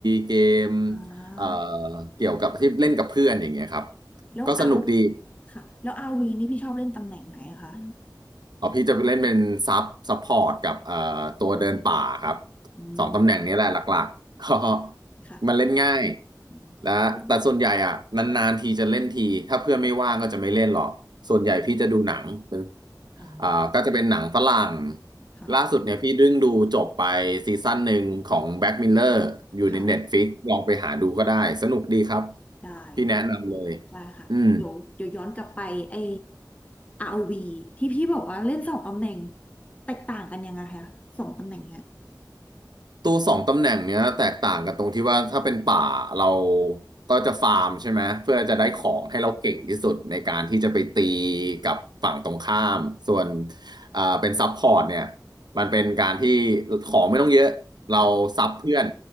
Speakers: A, on the right (about 70°); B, on the left (about 20°).
A: เกม
B: อ่
A: เอ่อ
B: า
A: เกี่ยวกับที่เล่นกับเพื่อนอย่างเงี้ยครับ
B: แล้วเอา
A: ก็สนุกดี
B: ค่ะแล้วอาวีนี่พี่ชอบเล่นตำแหน่งไหนอะคะ
A: อ๋อพี่จะไปเล่นเป็นซับซัพพอร์ตกับเอ่อตัวเดินป่าครับ
B: อืม
A: สองตำแหน่งนี้แหละหลักๆก็
B: ค่ะ
A: มันเล่นง่าย
B: อื
A: และแต่ส่วนใหญ่อ่ะนานๆทีจะเล่นทีถ้าเพื่อนไม่ว่างก็จะไม่เล่นหรอกส่วนใหญ่พี่จะดูหนังเป็น
B: มค่ะ
A: อ่าก็จะเป็นหนังฝรั่ง
B: ค่ะ
A: ล่าสุดเนี่ยพี่ดึ่งดูจบไปซีซั่นหนึ่งของแบ็กมิลเลอร์อยู่ใน
B: ค่ะ
A: Netflix ลองไปหาดูก็ได้สนุกดีครับ
B: ได้ได้
A: พี่แนะนำเลย
B: ว่าค่ะเดี๋ยวเดี๋ยวย้อนกลับไปไอ้
A: อืม
B: r วีที่พี่บอกว่าเล่นสองตำแหน่งแตกต่างกันยังไงคะสองตำแหน่งเนี้ย
A: ตัวสองตำแหน่งเนี้ยแตกต่างกันตรงที่ว่าถ้าเป็นป่าเราก็จะฟาร์มใช่ไหมเพื่อจะได้ของให้เราเก่งที่สุดในการที่จะไปตี
B: ใช่ค่ะ
A: กับฝั่งตรงข้ามส่วนเอ่อเป็นซับพอร์ตเนี่ยมันเป็นการที่ของไม่ต้องเยอะเราซับเพื่อน
B: ค่ะ